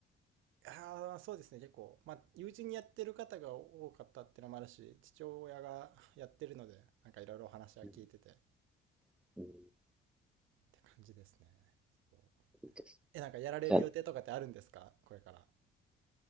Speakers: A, on the right; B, in the centre.
A: <laughs> ああ、そうですね、結構。まあ、友人にやってる方が多かったってのもあるし、父親がやってるので、なんかいろいろお話は聞いてて、
B: う
A: っ
B: ん
A: て感じですね。そう
B: いいです
A: え、なんかやられる予定とかってあるんですかこれから。
B: じゃあ